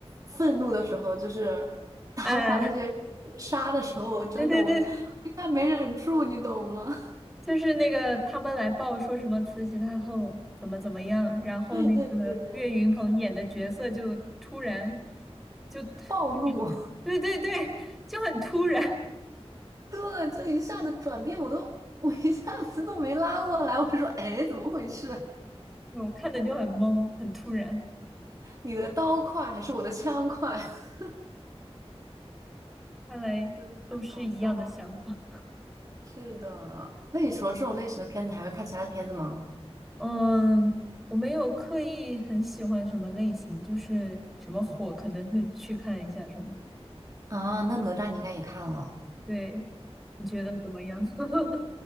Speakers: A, on the right; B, in the centre.
A: 愤怒的时候，就是他把那些人杀的时候，
B: 哎，<laughs>
A: 我真的我我一下没忍住，
B: 对对对，
A: 你懂吗？
B: 就是那个他们来报说什么慈禧太后怎么怎么样，然后那个岳云鹏演的角色就突然
A: <laughs> 对对对对，
B: 就，
A: 暴怒。
B: <laughs> 对对对，就很突然，
A: 对，就一下子转变，我都我一下子都没拉过来，我就说，哎，怎么回事？
B: <laughs> 我看的就很懵，很突然。
A: 你的刀快还是我的枪快？<laughs>
B: 看来都是一样的想法。
A: 真的太搞笑了。是的，那你除了这种类型的片子，还会看其他的片子吗？
B: 嗯，我没有刻意很喜欢什么类型，就是什么火可能会去看一下什么。
A: 啊，那哪吒你应该也看了。
B: 对，你觉得怎么样？<laughs>